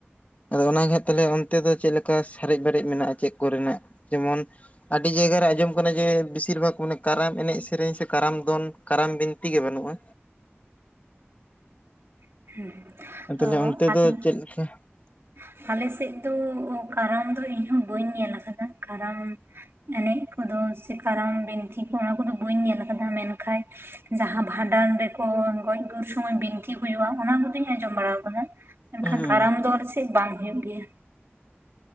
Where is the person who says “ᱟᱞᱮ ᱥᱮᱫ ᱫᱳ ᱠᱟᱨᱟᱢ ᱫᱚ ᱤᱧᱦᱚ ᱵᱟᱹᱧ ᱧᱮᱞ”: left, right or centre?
Right